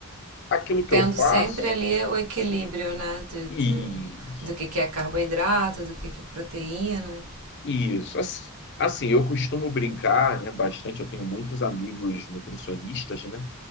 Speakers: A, on the left; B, on the right.
A: aquilo que
B: Tendo
A: eu faço.
B: sempre ali o equilíbrio, né? De,
A: Isso,
B: de- do que, que é carboidrato, do que, que é proteína.
A: isso. Ass- Assim, eu costumo brincar, né, bastante. Eu tenho muitos amigos nutricionistas, né?